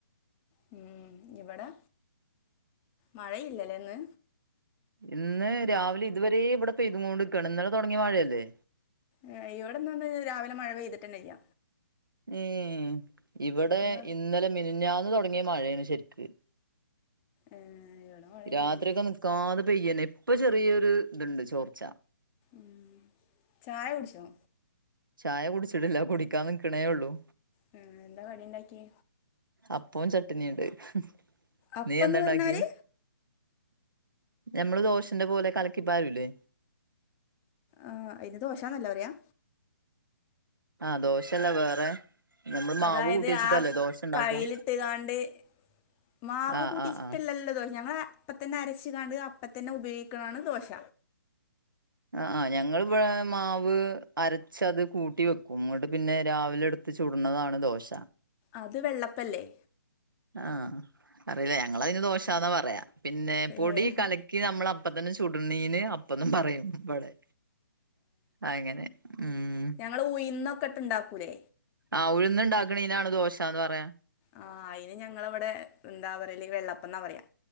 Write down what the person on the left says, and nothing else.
മ്മ്ഹ്. ഇവടെ.. മഴയില്ലലേന്ന്..
ഏ. ഇവിടെന്നൊന്ന് രാവിലെ മഴ പെയ്തിട്ടന്നല്ല്യ..
ഇയ്യോ
ഏഹ് ഇവിടെ മഴയില്ലേനി
മ്മ്ഹ്. ചായ കുടിച്ചോ..
ഹ് ഹെ. എന്താ കടിണ്ടാക്കി?
അപ്പന്ന്
പറഞ്ഞാല്
ആ അയ്‌ന് ദോശാന്നല്ലപറയാ..
അതായത്
ആ
കൈയിലിട്ട്കാണ്ട്.. മാവ്
കൂട്ടി
ഇഷ്ടല്ലല്ലോ
ദോഷ്. ഞങ്ങളെ. അപ്പംത്തന്നെ അരച് കാണ്ട് അപ്പംത്തന്നെ ഉപയോയിക്ണാണ് ദോശ..
അത് വെള്ളപ്പല്ലേ..
ഏഹ്
ങ്ങൾ ഉയിന്നൊക്കെട്ട് ണ്ടാക്കൂലേ..
ആ, അയിന് ഞങ്ങളവിടെ എന്താ പറയല് വെള്ളപ്പന്നാ പറയാ..